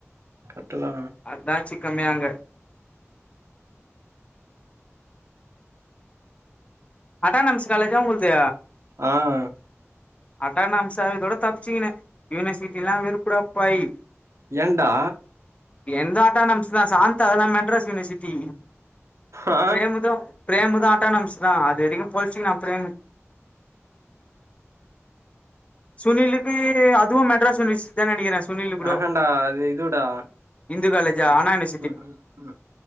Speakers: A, on the right; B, on the left.
A: கர்ட்டுதா
B: அதா சிக்கமே அங்க அட்டானமஸ் காலேஜா உங்கள்து
A: ஆ
B: அட்டானம்ஸா இருக்குறதோட தப்பச்சிக்கின யூனிவர்சிட்டில்லா வெறுப்புடாப்பா ஏய்
A: ஏண்டா
B: என்து அட்டானம்ஸ் தா சாந்தா அதல்லா மெட்ராஸ் யூனிவர்சிட்டி
A: ஆ
B: பிரேமுது பிரேமுது அட்டானாமஸ்தா அதுவரைக்கு பொழிச்சிகினா பிரேம் சுனிலுக்கு அதுவு மெட்ராஸ் யுனிவர்சிட்டி தான் நெனைக்கிறே சுனிலு கூடோ
A: ஆஹான்டா அது இதுடா
B: இந்து காலேஜா அண்ணாயூனி
A: ம் ம் ம்